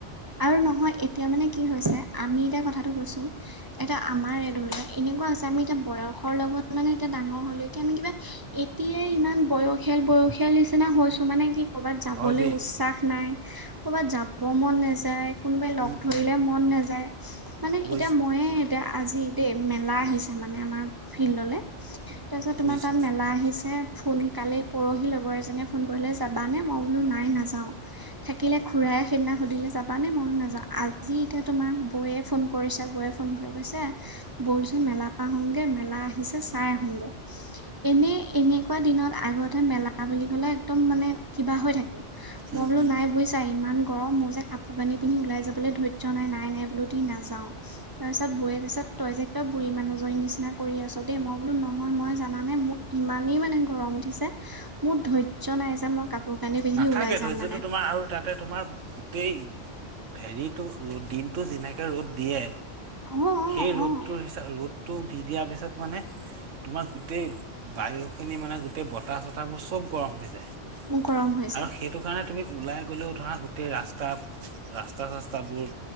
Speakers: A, on the right; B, on the right.
A: আৰু নহয় এতিয়া মানে কি হৈছে, আমি এতিয়া কথাটো কৈছো এটা আমাৰ এ ধৰিল' এনেকুৱা আছে আমি এতিয়া বয়সৰ লগত মানে এতিয়া ডাঙৰ হ'লে এতিয়া মানে কিবা এতিয়াই ইমান বয়সীয়াল বয়সীয়াল নিচিনা হৈছো মানে কি। কৰ'বাত যাবলৈ
B: হয় দেই
A: উচ্চাস নাই, কৰ'বাত যাব মন নাযায়। য়ায় কোনোবাই লগ
B: উম
A: ধৰিলে
B: উম
A: মন নাযায়, মানে
B: বুজিছো
A: এতিয়া মইয়ে এতিয়া আজি দেই। মেলা আহিছে মানে আমাৰ ফিল্ডলে তাৰপিছত তোমাৰ
B: বুজিছো
A: তাত মেলা আহিছে, সোনকালে পৰহি লগৰ এজনে ফোন কৰিলে যাবানে, মই বোলো নাই নাযাওঁ থাকিলে, খুড়াই সেইদিনা সুধিলে যাবা মানে মন নাযায়, আজি এতিয়া তোমাৰ বৌয়ে ফোন কৰিছে, বৌয়ে ফোন কৰে কৈছে বলচোন। মেলা পা আহোগে, মেলা আহিছে চাই আহোগে। এনে এনেকুৱা দিনত আগতেহে মেলা অহ বুলি কলে একদম মানে কিবা হৈ থাকো।
B: উম
A: মই বোলো
B: উম
A: নাই বুজিছা ইমান গৰম মোৰ যে কাপোৰ কাপোৰ পিন্ধি ওলাই যাবলৈ ধৈৰ্য্য নাই, নাই-নাই বোলো দেই নাযাওঁ, তাৰ পিছত বৌয়ে কৈছে তই যে একদম বু এই মানুহজনীৰ নিচিনা কৰি আছো দেই। মই বোলো নহয় মই জান নে মোৰ ইমানেই মানে গৰম উঠিছে। মোৰ ধৈৰ্য্য নাই যে মই কাপোৰ কানি পিন্ধি
B: নাথাকে
A: ওলাই যাম
B: ধৈৰ্য্যটো
A: মানে।
B: তোমাৰ আৰু তাতে তোমাৰ গোটেই হেৰিতো ৰদ দিনতটো যেনেকে ৰ'দ দিয়ে।
A: অ', অ',
B: সেই ৰ'দটোৰ
A: অ',
B: হিচাপত ৰ'দটো দি দিয়াৰ পিছত মানে তোমাৰ গোটেই বায়ু খিনি মানে গোটেই বতাহ-চতাহ বোৰ চব গৰম হৈ যায়।
A: মোৰ গৰম হৈ
B: আৰু
A: যায়।
B: সেইটো কাৰণে তুমি ওলাই গ'লেও ধৰা গোটেই ৰাস্তা-ৰাস্তা ৰাস্তা-চাস্তা বোৰ